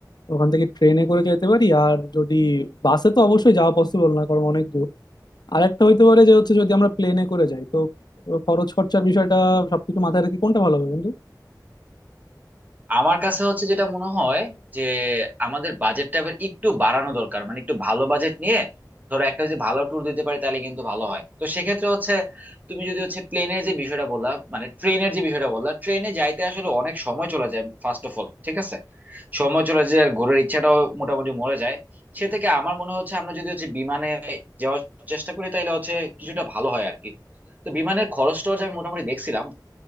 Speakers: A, on the left; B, on the right.
A: ওখান থেকে ট্রেনে করে যেতে পারি আর যদি বাসে তো অবশ্যই যাওয়া পসিবল না কারণ অনেক দূর আর একটা হইতে পারে যে হচ্ছে যদি আমরা প্লেনে করে যাই তো আহ, খরচ খরচার বিষয়টা সবকিছু মাথায় রেখে কোনটা ভালো হবে বন্ধু
B: আমার কাছে হচ্ছে যেটা মনে হয় যে আমাদের বাজেটটা এবার একটু বাড়ানো দরকার মানে একটু ভালো বাজেট নিয়ে ধরো একটা যদি ভালো ট্যুর দিতে পারি তাহলে কিন্তু ভালো হয় তো সেক্ষেত্রে হচ্ছে তুমি যদি হচ্ছে প্লেনের যে বিষয়টা বললা মানে ট্রেনের যে বিষয়টা বললা ট্রেনে যাইতে আসলে অনেক সময় চলে যায় ফার্স্ট অফ অল ঠিক আছে সময় চলে যায় আর ঘোরার ইচ্ছাটাও মোটামুটি মরে যায় সে থেকে আমার মনে হচ্ছে আমরা যদি হচ্ছে বিমানে যাওয়ার চেষ্টা করি তাহলে হচ্ছে কিছুটা ভালো হয় আর কি তো বিমানের খরচ টরচ আমি মোটামুটি দেখছিলাম